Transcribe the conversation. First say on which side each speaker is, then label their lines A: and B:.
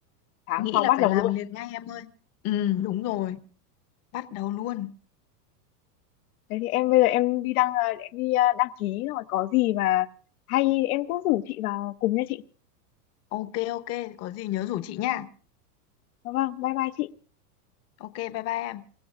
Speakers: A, on the left; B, on the left.
A: tháng
B: nghĩ
A: sau
B: là
A: bắt
B: phải
A: đầu
B: làm
A: luôn.
B: liền ngay em ơi ừ đúng rồi bắt đầu luôn
A: Thế thì em bây giờ em đi đăng à, em đi à, đăng ký rồi có gì mà hay em cũng rủ chị vào cùng nha chị.
B: ok ok có gì nhớ rủ chị nha
A: Vâng, bye bye chị.
B: ok bye bye em